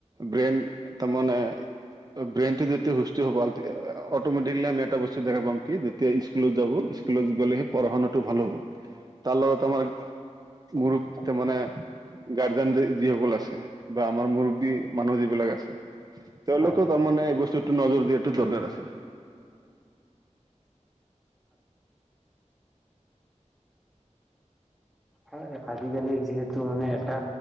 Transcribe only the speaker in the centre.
হয়
উম
হয় আজিকালি যিহেতু মানে এটা